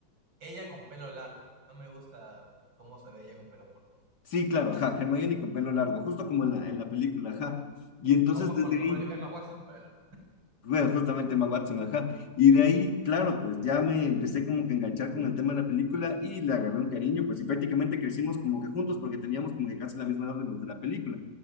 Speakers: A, on the right; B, on the left.
A: ella con pelo largo. No me gusta cómo se ve ella con pelo corto.
B: sí, claro, ajá, Hermione con pelo largo, justo como en la, en la película, ajá. Y entonces
A: O,
B: desde
A: bueno, mejor
B: ahí,
A: yo, Emma Watson con pelo largo.
B: Bueno, justamente Emma Watson, ajá. Y de ahí, claro, pues ya me empecé como que a enganchar con el tema de la película y le agarré un cariño, pues y prácticamente crecimos como que juntos porque teníamos como que casi la misma edad de los de la película.